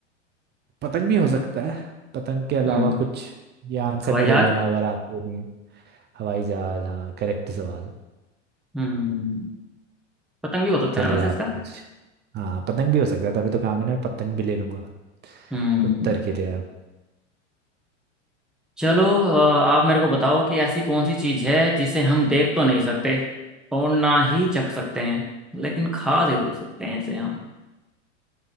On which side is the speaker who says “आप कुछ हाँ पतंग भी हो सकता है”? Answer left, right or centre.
Right